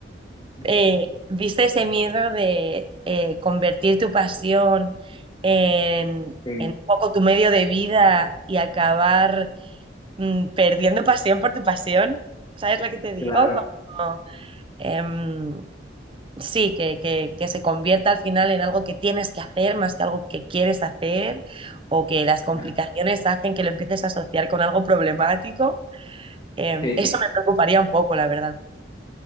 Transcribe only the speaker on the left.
ujú.
Sí,
claro,
claro.
Sí.